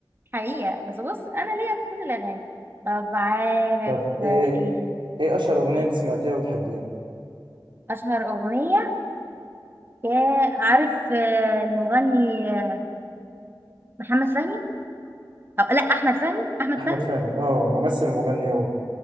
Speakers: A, on the right; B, on the right.
A: حقيقه بس بص انا ليا في كل الاغاني طب عارف
B: طب ايه
A: آه، ايه
B: ايه اشهر اغنيه
A: إيه؟
B: انت سمعتيها وبتحبيها
A: اشهر اغنيه يا عارف آه، المغني آه، محمد فهمي أو لا احمد فهمي احمد
B: احمد
A: فهمي
B: فهمي اه ممثل ومغني هو